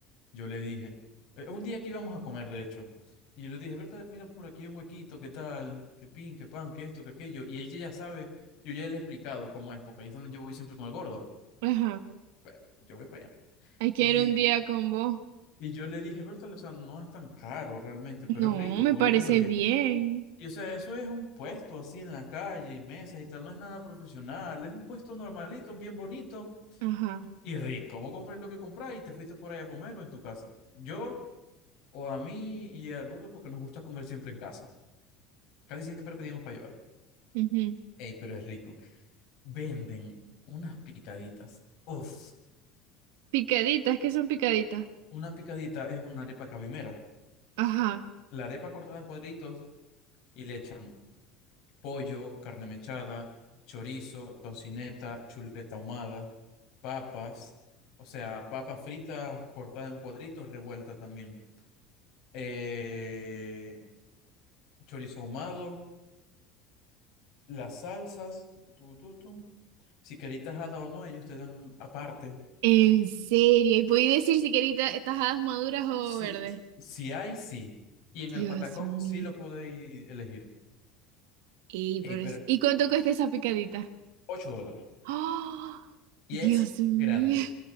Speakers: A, on the left; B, on the right.
A: yo le dije, eh, un día que íbamos a comer, de hecho, y yo le dije, Berta, mira por aquí un huequito, qué tal, qué pin, qué pan, qué esto, qué aquello, y ella ya sabe, yo ya le he explicado cómo es, porque ahí es donde yo voy siempre con el gordo,
B: Ajá.
A: bueno, yo voy para allá,
B: Hay que
A: y,
B: ir un día con vos.
A: y yo le dije, Berta, o sea, no es tan caro realmente,
B: No,
A: pero es rico,
B: me
A: puedo
B: parece
A: ir a comer bien.
B: bien.
A: Y o sea, eso es un puesto así en la calle y mesas y tal, no es nada profesional, es un puesto normalito, bien bonito
B: Ajá.
A: y rico. Vos comprás lo que comprás y te fuiste por ahí a comer o en tu casa. Yo o a mí y al gordo porque nos gusta comer siempre en casa. Casi siempre pedimos para llevar.
B: ujú.
A: Ey, pero es rico. Venden unas picaditas. Uf,
B: Picaditas, ¿qué son picaditas?
A: una picadita es una arepa cabimera.
B: Ajá.
A: La arepa cortada en cuadritos y le echan pollo, carne mechada, chorizo, tocineta, chuleta ahumada, papas, o sea, papas fritas cortadas en cuadritos, revuelta también. Eh, chorizo ahumado, las salsas, tu, tu, tu, tu. Si queréis tajada o no, ellos te dan aparte.
B: En serio, y podéis decir si queréis ta- tajadas maduras o
A: Si,
B: verdes.
A: si hay, sí. Y en
B: Dios
A: el patacón
B: mío.
A: sí lo podéis elegir.
B: Ey,
A: Ey,
B: pero
A: pero
B: es- ¿Y cuánto cuesta esa picadita?
A: 8 dólares.
B: <gasps> ¡Ah!
A: Y
B: Dios
A: es
B: mío,
A: grande.